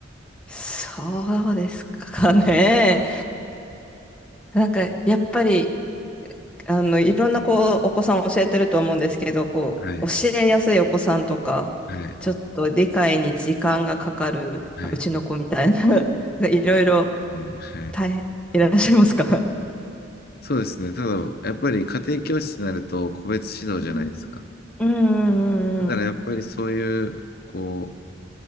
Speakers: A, in the centre; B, on the left.
A: そうですかね。なんか、やっぱり、あの、いろんなこう、お子さんを教えてると思うんですけど、こう、
B: はい。
A: 教えやすいお子さんとか、
B: はい。
A: ちょっと理解に時間がかかる、
B: はい。
A: まあうちの子みたいな、<laughs> いろいろ
B: ねはい。
A: 大変、いらっしゃいますか
B: そうですね。ただ、やっぱり家庭教師になると個別指導じゃないですか。
A: うん。うんう
B: だからやっぱりそういう、
A: んうんうん。
B: こう、